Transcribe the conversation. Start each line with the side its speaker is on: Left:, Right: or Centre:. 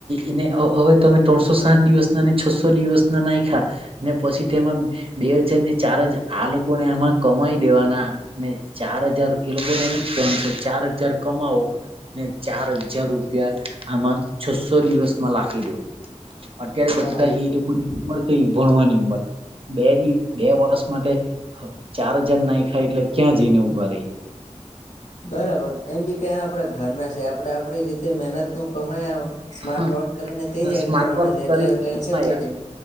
Right: એને હવે તમે ત્રણસો સાત દિવસના અનેન છસો દિવસ ના નાખખા ને પછી તેમાં બે હજાર ને ચાર હજાર આ લોકોને આમાં કમાઈ દેવાના ને ચાર હજાર એ લોકોને એમુ ફેન છે ચાર હજાર કમાવો ને ચાર હજાર રૂપિયા આમાં છસો દિવસમાં લખી દેવ અત્યારે બધા
Left: બરાબર.
Right: એ લોકોની ઉંર ક ભણવાની ઉંમર બે દિવ બે વર્ષ માટે ચાર હજાર ના ખાય એટલે ક્યાં જઈને ઉઊભા રહી
Left: બરાબર એમ બી કયા આપડા ઘરના છે આપડે આપડી રીતે મહેનત નું કમાયા સ્માર્ટ
Right: હા
Left: વોક કરીને તે જ
Right: સ્માર્ટ
Left: એડ કરવાના
Right: વર્ક
Left: છે એટલે
Right: કરી
Left: ટેન્શન
Right: કમાયા
Left: બી નહી